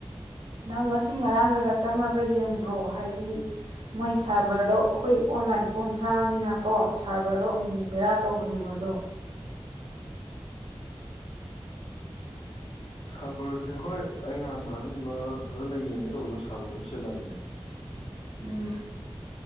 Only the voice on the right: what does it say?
ꯅꯪ ꯉꯁꯤ ꯉꯔꯥꯡꯒꯒ ꯆꯪꯉꯒ ꯌꯦꯡꯕ꯭ꯔꯣ ꯍꯥꯏꯗꯤ ꯃꯣꯏ ꯁꯥꯚꯔꯗꯣ ꯑꯩꯈꯣꯏ ꯑꯣꯟꯂꯥꯏꯟ ꯐꯣꯔꯝ ꯊꯥꯕꯅꯤꯅꯀꯣ ꯁꯥꯔꯚꯔꯗꯣ ꯑꯃꯨꯛꯨꯛ ꯕꯦꯔꯥ ꯇꯧꯕꯅꯦꯕ ꯑꯗꯣ
ꯎꯝ